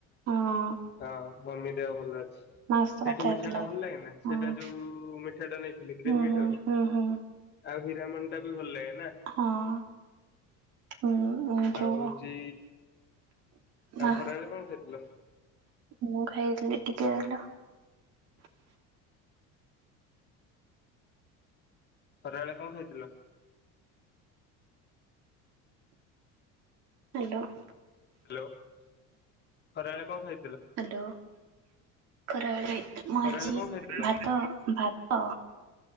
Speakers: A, on the right; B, on the left.
A: ହଁ।
B: ହଁ ମମି ଦେହ ଭଲ ଅ
A: ମାସ
B: ସେଇଠି
A: କଥା
B: ମିଠାଟା
A: ହେଇଥିଲା
B: ଭଲ ଲାଗେନା। ସେଇଟା
A: ହଁ
B: ଯୋଉ ମିଠାଟା ନେଇଥିଲି କ୍ରୀମିଟର
A: ହୁଁ ହୁଁ ହୁଁ ହୁଁ
B: ଆଉ ତା ମନଟା ବି ଭଲ ଲାଗେ। ନା,
A: ହଁ ହୁଁ ଯୋଉ
B: ଆଉ ହଉଛି ଆଉ
A: ନା
B: ଖରାବେଳେ କଣ ଖାଇଥିଲ?
A: ମୁଁ ଖାଇଥିଲି ଟିକେ ରହିଲ।
B: ଖରାବେଳେ କଣ ଖାଇଥିଲ?
A: ହ୍ୟାଲୋ
B: ହ୍ୟାଲୋ, ଖରାବେଳେ କଣ ଖାଇ
A: ହ୍ୟାଲୋ ଖରାବେଳେ ମୁଁ
B: ଖରାବେଳେ
A: ଆଜି
B: କଣ ଖାଇଥିଲ?
A: ଭାତ ଭାତ